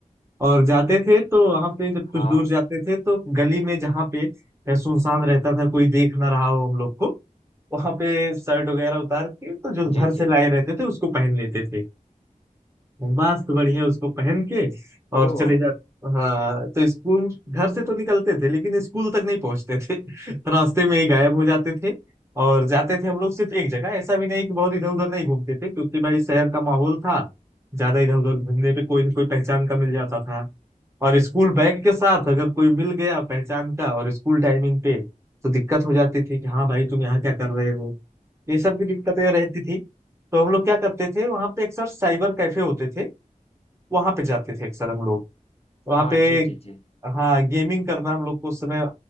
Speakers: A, on the right; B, on the left.
A: और जाते थे तो वहां पे जब कुछ
B: हाँ
A: दूर जाते थे तो गली में जहाँ पे सुनसान रहता था कोई देख ना रहा हो हम लोग को वहां पे शर्ट वगैरह उतार के तो जो घर
B: जी जी
A: से लाए रहते थे उसको पहन लेते थे मस्त बढ़िया उसको पहन के और
B: ओह
A: चले जाते हाँ तो स्कूल घर से तो निकलते थे लेकिन स्कूल तक नहीं पहुंचते थे <laughs> रास्ते में ही गायब हो जाते थे और जाते थे हम लोग सिर्फ एक जगह ऐसा भी नहीं कि बहुत इधर उधर नहीं घूमते थे क्योंकि भाई शहर का माहौल था ज्यादा इधर उधर घूमने पे कोई न कोई पहचान का मिल जाता था और स्कूल बैग के साथ अगर कोई मिल गया पहचान का और स्कूल टाइमिंग पे तो दिक्कत हो जाती थी कि हाँ भाई तुम यहाँ क्या कर रहे हो ये सब भी दिक्कतें रहती थी तो हम लोग क्या करते थे वहां पे अक्सर साइबर कैफे होते थे वहां पे जाते थे अक्सर हम लोग वहां
B: हाँ
A: पे
B: जी जी जी
A: हाँ गेमिंग करना हम लोग को उस समय